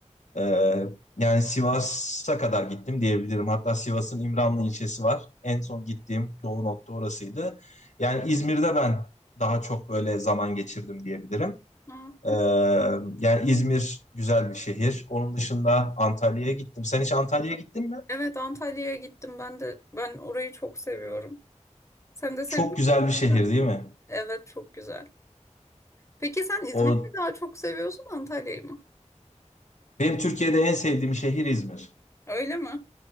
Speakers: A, on the left; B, on the left.
A: Ee, yani Sivas'a kadar gittim diyebilirim. Hatta Sivas'ın İmranlı ilçesi var. En son gittiğim doğu nokta orasıydı. Yani İzmir'de ben daha çok böyle zaman geçirdim diyebilirim.
B: Aa,
A: Ee,
B: hı.
A: yani İzmir güzel bir şehir. Onun dışında Antalya'ya gittim. Sen hiç Antalya'ya gittin mi?
B: Evet, Antalya'ya gittim ben de. Ben orayı çok seviyorum. Sen de seviyor
A: Çok güzel
B: musun?
A: bir şehir değil mi?
B: Evet, çok güzel. Peki sen İzmir'i
A: O
B: mi daha çok seviyorsun, Antalya'yı mı?
A: Benim Türkiye'de en sevdiğim şehir İzmir.
B: Öyle mi?